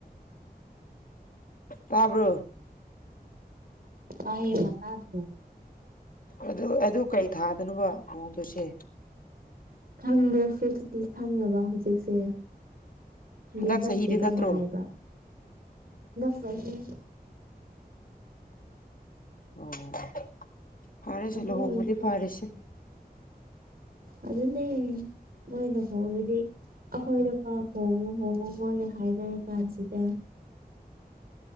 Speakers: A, on the left (about 55°); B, on the right (about 65°).
A: ꯇꯥꯕ꯭ꯔꯣ
B: ꯑꯥꯌꯦ ꯃꯁꯥꯗ
A: ꯑꯗꯨ ꯑꯗꯨ ꯀꯩ ꯊꯥꯗꯅꯅꯕ ꯃꯑꯣꯡꯗꯨꯁꯦ
B: ꯈꯪꯗꯦ ꯐꯦꯇꯤ ꯈꯪꯉꯕ ꯍꯧꯖꯤꯛꯁꯦ
A: ꯍꯟꯗꯛ
B: ꯂꯦꯟꯅꯗ꯭ꯔꯤꯕ
A: ꯆꯍꯤꯗꯤ ꯅꯠꯇ꯭ꯔꯣ
B: ꯃꯥꯜꯂꯦꯕ ꯐ꯭ꯔꯂꯤ
A: ꯑꯣ ꯐꯔꯁꯦ
B: ꯑꯗꯨ
A: ꯂꯨꯍꯣꯡꯕꯗꯤ
B: ꯑꯣꯏꯔꯁꯨ
A: ꯐꯔꯁꯦ
B: ꯑꯗꯨꯟꯅꯦ ꯅꯣꯏꯅ ꯍꯣꯡꯗꯤ ꯑꯩꯈꯣꯏꯗ ꯄꯥꯎ ꯍꯣꯡꯉꯨ ꯍꯣꯡꯉꯨ ꯃꯣꯏ ꯍꯥꯏꯅꯔ ꯀꯥꯟꯁꯤꯗ